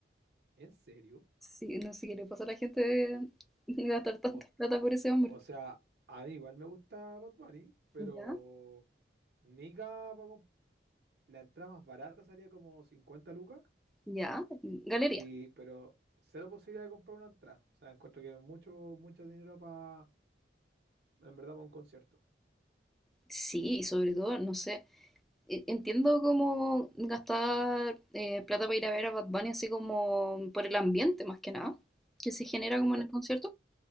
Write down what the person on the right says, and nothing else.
¿En serio?
O,
o sea, a mí igual me gusta Bad Bunny, pero
Nika, pago- la entrada más barata salía como 50 lucas,
y, pero cero posibilidad de comprar una entrada. O sea, encuentro que es mucho, mucho dinero para, en verdad, para un concierto.
Claro.